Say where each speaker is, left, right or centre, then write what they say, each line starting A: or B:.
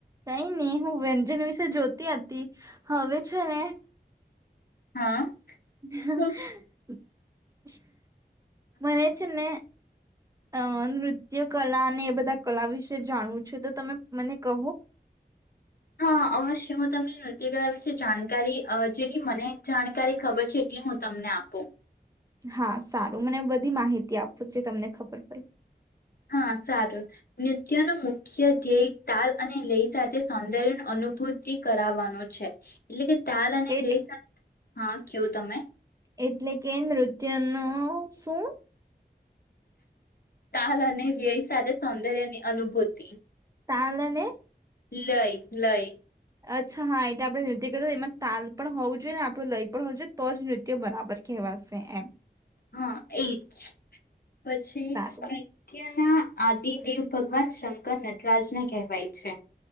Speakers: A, on the right; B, on the left.
A: કઈ નહી હું વ્યંજન વિશે જોતી હતી હવે છે ને
B: હા
A: હ
B: તો
A: મને છેને અ નૃત્ય કલા અને એ બધા કલા વિશે જાણવું છે તો તમે મને કહો
B: હા અવશ્ય હું તમને નૃત્યકલા વિશે જાણકારી જેટલી મને જાણકારી ખબર છે એટલી હું તમને આપું
A: હા સારું મને બધી માહિતી આપું જે તમને ખબર પડી
B: હા સારું નૃત્ય ન મુખ્ય ધ્યેય તાલ અને લય સાથે સૌંદર્ય અનુભૂતિ કરાવવાનું છે એટલે કે ત્યાલ અને
A: એટ
B: લેસ હા કેવું તમે
A: એટલે કે નૃત્ય ન શું
B: તાલ અને લેય સાથે સૌંદર્યની અનુભૂતિ
A: ચાલને
B: લઈ લઈ
A: અચ્છા હા એટ આપડણે નૃત્ય કરી એમાં તાલ પણ હોવું જોઈએ ને આપણું લય પણ હોવું જોઈએ તો જ નૃત્ય બરાબર કહેવાશે. એમ
B: હા એજ પછી
A: સારું
B: પાયથયન ના આદિ દેવ ભગવાન શંકર નટરાજને કહેવાય છે.